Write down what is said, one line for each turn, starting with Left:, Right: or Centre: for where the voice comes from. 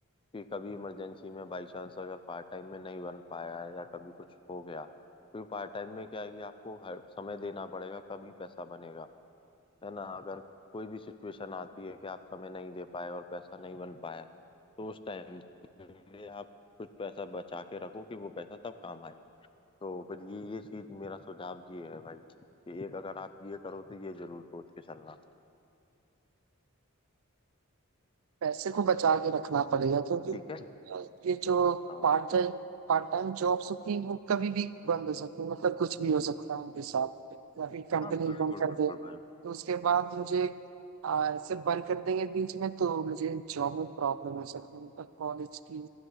Left: कि कभी इमरजेंसी में बाई चांस अगर पार्ट टाइम में नहीं बन पाया या कभी कुछ हो गया क्योंकि पार्ट टाइम में क्या है कि आपको हर समय देना पड़ेगा कभी पैसा बनेगा है ना अगर कोई भी सिचुएशन आती है कि आप समय नहीं दे पाए और पैसा नहीं बन पाया तो उस टाइम के लिए आप कुछ पैसा बचा के रखो कि वो पैसा तब काम आए तो फिर ये ये चीज मेरा सुझाव ये है भाई कि एक अगर आप ये करो तो ये जरूर सोच के चलना
Right: पैसे को बचा के रखना पड़ेगा क्योंकि
Left: ठीक है
Right: अ, ये जो
Left: हाँ
Right: part time part time jobs होती हैं वो कभी भी बंद हो सकती है मतलब कुछ भी हो सकता है उनके साथ या फिर कंपनी
Left: हाँ बिल्कुल
Right: बंद कर
Left: बिल्कुल
Right: दे
Left: भाई
Right: तो उसके बाद मुझे अ, ऐसे बंद कर देंगे बीच में तो मुझे जॉब में प्रॉब्लम हो सकती है मतलब कॉलेज की